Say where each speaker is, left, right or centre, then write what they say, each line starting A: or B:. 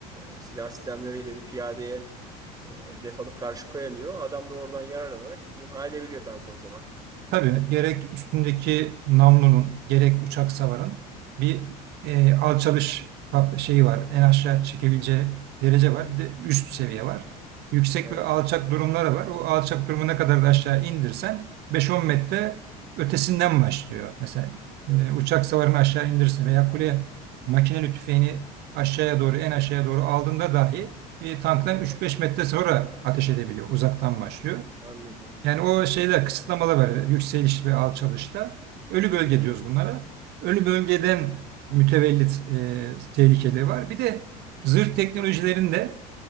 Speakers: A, on the right; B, on the right.
A: E, silah sistemleriyle bir piyadeye e, hedef alıp karşı koyamıyor. Adam da oradan yararlanarak imha edebiliyor tankı o zaman.
B: Tabii gerek üstündeki namlunun gerek uçak savarın bir e, alçalış kap- şeyi var. En aşağı çekebileceği derece var. Bir de üst seviye var. Yüksek
A: Evet,
B: ve alçak durumları var. O alçak durumu ne kadar da aşağı indirsen 5-10 metre ötesinden başlıyor. Mesela
A: evet,
B: e, uçak savarını aşağı indirsin veya kule makineli tüfeğini aşağıya doğru en aşağıya doğru aldığında dahi bir tanktan
A: evet.
B: 3-5 metre sonra ateş edebiliyor. Uzaktan başlıyor.
A: Anladım.
B: Yani o şeyler kısıtlamalar var. Yükseliş ve alçalışta. Ölü bölge
A: Evet,
B: diyoruz bunlara. Ölü bölgeden mütevellit e, tehlikeleri var. Bir de zırh teknolojilerinde